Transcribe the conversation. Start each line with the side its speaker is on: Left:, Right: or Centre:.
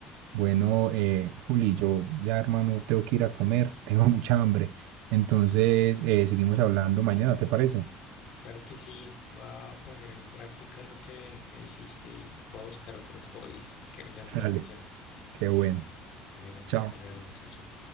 Right: Bueno, eh, Juli, yo ya hermano tengo que ir a comer, <laughs> tengo mucha hambre. Entonces, eh, seguimos hablando mañana, ¿te parece?
Left: Claro que sí, voy a poner en práctica lo que me dijiste y voy a buscar otros hobbies que me llamen
Right: Dale,
Left: la atención.
Right: qué bueno.
Left: Bueno,
Right: Chao.
Left: hasta luego, chao, chao.